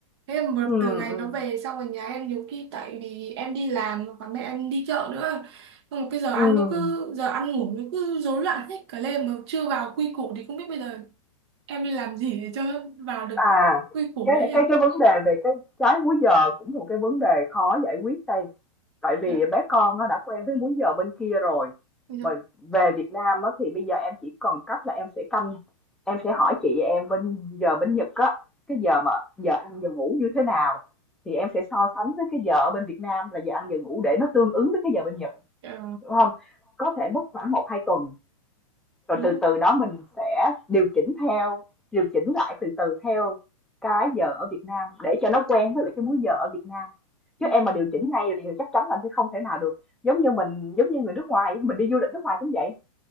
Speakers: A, on the right (about 50°); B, in the centre.
A: thế mà
B: Ừm,
A: từ ngày
B: ừm,
A: nó về xong ở nhà em nhiều khi tại vì em đi làm và mẹ em đi chợ nữa xong rồi cái giờ ăn
B: ừm.
A: nó cứ giờ ăn ngủ nó cứ rối loạn hết cả lên mà chưa vào quy củ thì không biết bây giờ em đi làm gì để cho nó vào được
B: À,
A: cái quy củ
B: cái
A: đấy nhỉ
B: cái cái vấn đề về cái trái múi giờ cũng một cái vấn đề khó giải quyết đây. tại vì
A: dạ
B: bé con nó đã quen với múi giờ bên kia rồi
A: dạ
B: mà về Việt Nam á, thì bây giờ em chỉ còn cách là em sẽ canh em sẽ hỏi chị em bên giờ bên Nhật á cái giờ mà giờ ăn giờ ngủ như thế nào thì em sẽ so sánh với cái giờ ở bên Việt Nam là giờ ăn giờ ngủ để nó tương ứng với cái giờ bên Nhật
A: Ờ,
B: đúng không có thể mất khoảng một hai tuần rồi
A: đúng
B: từ
A: rồi.
B: từ đó mình sẽ điều chỉnh theo điều chỉnh lại từ từ theo cái giờ ở Việt Nam để cho nó quen với lại cái múi giờ ở Việt Nam
A: dạ
B: chứ em mà điều chỉnh ngay thì chắc chắn là sẽ không thể nào được giống như mình giống như người nước ngoài mình đi du lịch nước ngoài cũng vậy